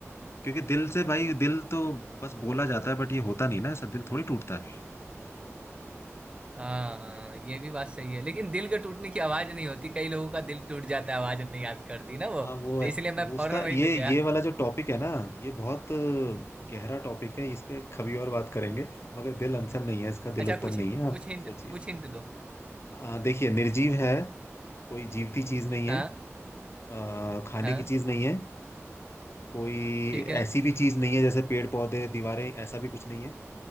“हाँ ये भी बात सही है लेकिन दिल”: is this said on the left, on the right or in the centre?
Right